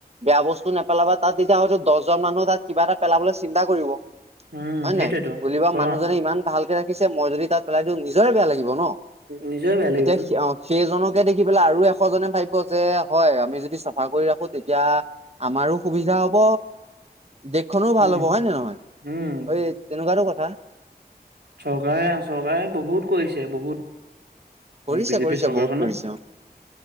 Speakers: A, on the right; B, on the right.
A: বেয়া বস্তু নেপেলাবা, তাত যেতিয়া হয়তো দহজন মানুহ তাত কিবা এটা পেলাবলৈ চিন্তা কৰিব,
B: উম
A: হয়
B: সেইটোৱেতো
A: নহয়। বুলি
B: ক
A: মানুহজনে ইমান ভালকে ৰা পিছে, মই যদি তাত পেলাই দিওঁ নিজৰে বেয়া লাগিব ন।
B: নিজৰে বেয়া লাগিবতো
A: এতিয়া সেইজনক তোকে দেখি পেলাই আৰু এশজনে ভাবিব যে, হয় আমি যদি চাফা কৰি ৰাখো তেতিয়া আমাৰো সুবিধা হব, দেশখনো ভাল
B: উম
A: হ'ব হয় নে নহয়
B: উম
A: হয় তেনেকা। বাৰো কথা।
B: চৰকাৰে চৰকাৰে বহুত কৰিছে বহুত।
A: কৰিছে
B: বিজেপি
A: কৰিছে
B: চৰকাৰখনে।
A: বহুত কৰিছে অ।